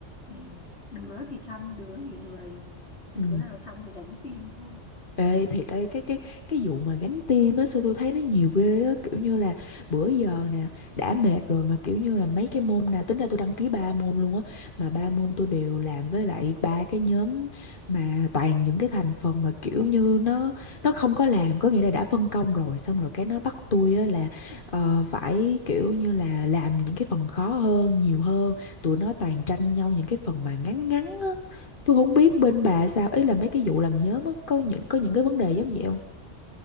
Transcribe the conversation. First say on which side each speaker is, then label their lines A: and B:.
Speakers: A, on the left (about 60°); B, on the left (about 45°).
A: thì đứa thì chăm, đứa thì lười.
B: Ừ.
A: Đứa nào chăm thì gánh team thôi.
B: Ê thiệt ấy cái cái cái vụ mà gánh tim á sao tôi thấy nó nhiều ghê á kiểu như là bữa giờ nè đã mệt rồi mà kiểu như là mấy cái môn nè tính ra tôi đăng ký ba môn luôn á mà ba môn tôi đều làm với lại ba cái nhóm mà toàn những cái thành phần mà kiểu như nó nó không có làm có nghĩa là đã phân công rồi xong rồi cái nó bắt tôi á là ờ, phải kiểu như là làm những cái phần khó hơn nhiều hơn tụi nó toàn tranh nhau những cái phần mà ngắn ngắn á Tôi không biết bên bà sao, ý là mấy cái vụ làm nhóm á, có những có những cái vấn đề giống vậy không?